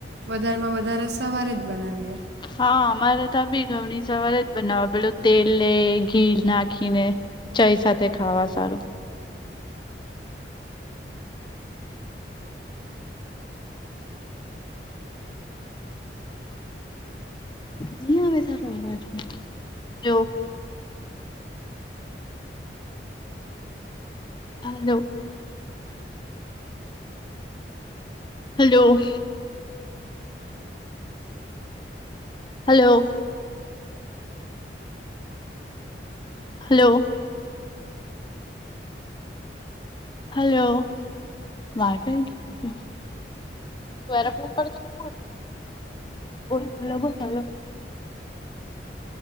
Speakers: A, on the right (about 80°); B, on the left (about 25°).
A: વધારેમાં વધારે સવારે જ બનાવીએ.
B: હા અમારે તા બી ઘઉંની સવારે જ બનાવે. પેલું તેલ લે ઘી નાખીને. ચાઈ સાથે ખાવા સારું. ની આવે સારો અવાજ પણ, hello. Hello. Hello. Hello. Hello. Hello <unintelligible> <unintelligible> બોલ હલો બોલ હલો.